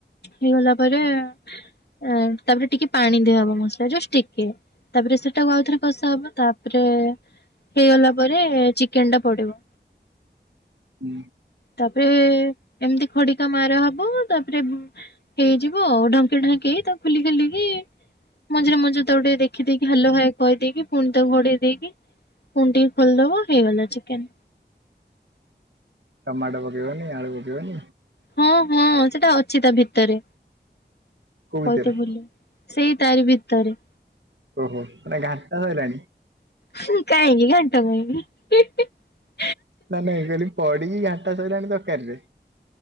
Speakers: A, on the left; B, on the right.
A: ହେଇଗଲା ପରେ ଏ ତାପରେ ଟିକେ ପାଣି ଦିଆହବ ମସଲା ଯୋଷ୍ଟ୍ ଟିକେ ତାପରେ ସେଟାକୁ ଆଉଥରେ କଷା ହବ ତାପରେ ହେଇଗଲା ପରେ ଚିକେନ ଟା ପଡିବ।
B: ହୁଁ
A: ତାପରେ ଏମିତି ଖଡିକା ମାରା ହବ ତାପରେ ହେଇଯିବ ଆଉ ଢଙ୍କି ଢାଙ୍କି ତାକୁ ଖୋଲି ଖାଲିକି ମଝିରେ ମଝିରେ ତାକୁ ଟିକେ ଦେଖିଦେଇକି ହାଲୋ ହାଏ କହିଦେଇକି ପୁଣି ତାକୁ ଘୋଡେଇ ଦେଇକି ଫୁଣି ଟିକେ ଖୋଲିଦବ ହେଇଗଲା ଚିକେନ୍।
B: ଟମାଟୋ ପକେଇିବନି ଆଳୁ ପକେଇବନି
A: ହଁ ହଁ ସେଟା ଅଛି ତା ଭିତରେ
B: କୋଉଥିରେ?
A: କହିତେ ଭୁଲି ସେଇ ତାରି ଭିତରେ
B: ଓହୋ ଏ ଘାଣ୍ଟ ସଇଲାଣି
A: ହୁଁ କାହିଁକି ଘାଣ୍ଟ କାହିଁକି
B: ତହେନେ ମୁଁ କହିଲି ପଡିକି ଘାଣ୍ଟା ସରିଲାଣି ତରକାରିରେ